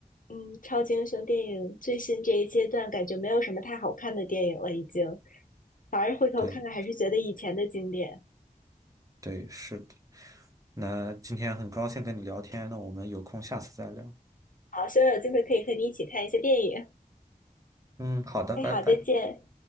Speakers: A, on the left; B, on the right.
A: 嗯，超级英雄电影最新这一阶段，感觉没有什么太好看的电影了，已经。反而回头看看，
B: 对
A: 还是觉得以前的经典。
B: 对，是的。那今天很高兴跟你聊天，那我们有空下次再聊。
A: 好，希望有机会可以和你一起看一些电影。
B: 嗯，好的，
A: 哎，
B: 拜拜。
A: 好，再见。